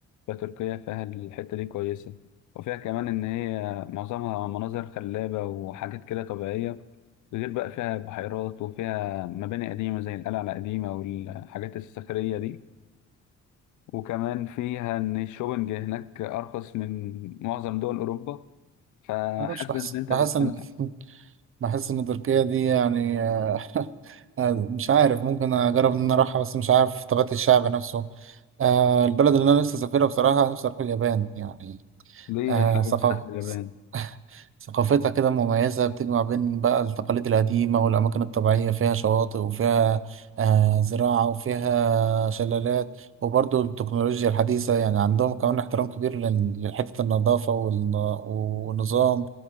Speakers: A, on the left (about 75°); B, on the right (about 45°).
A: فتركيا فيها الحتة دي كويسة وفيها كمان ان هي معظمها مناظر خلابة وحاجات كده طبيعية غير بقى فيها بحيرات وفيها مباني قديمة زي القلعة القديمة والحاجات الصخرية دي وكمان فيها إن الشوبنج هناك أرخص من معظم دول أوروبا فحاسس
B: معرفش بحس
A: إن أنت
B: بحس
A: هتسلمها
B: إن <laughs> بحس إن تركيا دي يعني آه، <laughs> آه، مش عارف ممكن أجرب إن أنا أروحها بس مش عارف طبيعة الشعب نفسه آه، البلد اللي أنا نفسي أسافرها بصراحة نفسي أروح اليابان يعني
A: ليه
B: آه،
A: حابب
B: ثقافة
A: تسافر اليابان؟
B: <laughs> ثقافتها كده مميزة بتجمع بين بقى التقاليد القديمة والأماكن الطبيعية فيها شواطئ وفيها آه زراعة وفيها شلالات وبرضو التكنولوجيا الحديثة يعني عندهم كمان احترام كبير لل- لحتة النظافة والن- والنظام